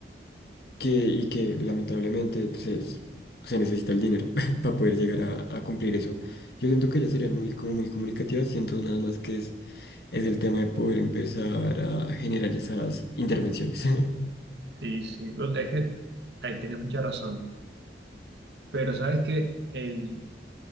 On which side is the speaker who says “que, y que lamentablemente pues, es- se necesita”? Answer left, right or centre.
Left